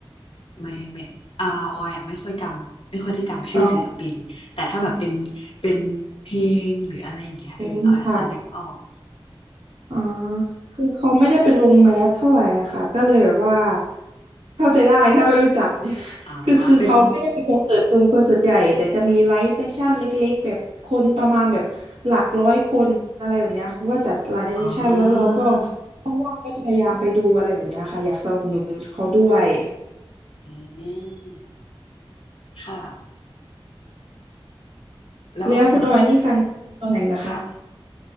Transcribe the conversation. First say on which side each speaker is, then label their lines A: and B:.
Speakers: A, on the left; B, on the right.
A: ไม่ไม่อาออยอ่ะไม่ค่อยจำไม่ค่อยได้จำชื่อศิลปินแต่ถ้าแบบเป็นเป็นเพลงหรืออะไรอย่างเงี้ยเออออยอาจจะนึกออก
B: อ๋ออืมค่ะ อ่าคือเขาไม่ได้เป็นวงแมสเท่าไหร่อะค่ะ ก็เลยแบบว่าเข้าใจได้ถ้าไม่รู้จัก <laughs>
A: อ๋อเป็น
B: คือคือเขาไม่ได้มีคอนเสิร์ตตรงคอนเสิร์ตใหญ่แต่จะมีไลฟ์เซสชั่นเล็กๆแบบคนประมาณแบบหลักร้อยคนอะไรแบบเนี้ยเขาก็จัดไลฟ์เซสชั่นแล้วเราก็
A: อ๋อ
B: ว่างๆก็จะพยายามไปดูอะไรแบบเนี้ยค่ะอยากสนับสนุนเขาด้วย
A: อืมค่ะแล้วอย่าง
B: แล้วคุณเอาไว้นี่ฟังตอนไหนล่ะคะ
A: ค่ะ